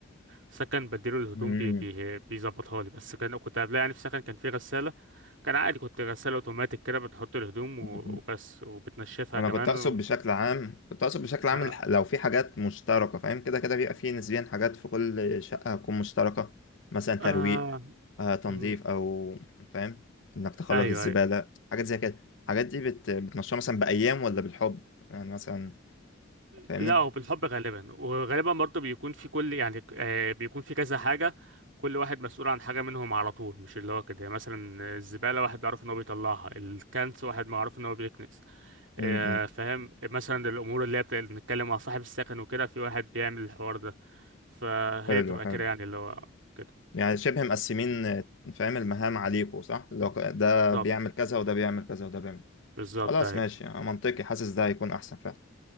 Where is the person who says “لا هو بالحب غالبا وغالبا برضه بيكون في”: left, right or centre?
Right